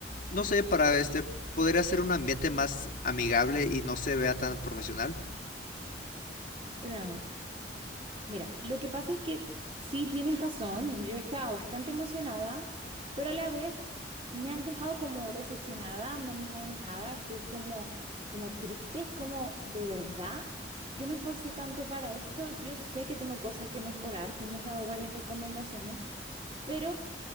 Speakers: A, on the left; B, on the right.
A: no sé, para este poder hacer un ambiente más amigable y no se vea tan profesional.
B: Bueno, Mira, lo que pasa es que sí tienes razón, yo estaba bastante emocionada, pero a la vez me han dejado como decepcionada, me han dejado enojada, estoy como, como triste, es como de verdad, yo me esforcé tanto para esto, yo sé que tengo cosas que mejorar, tú me has dado varias recomendaciones, pero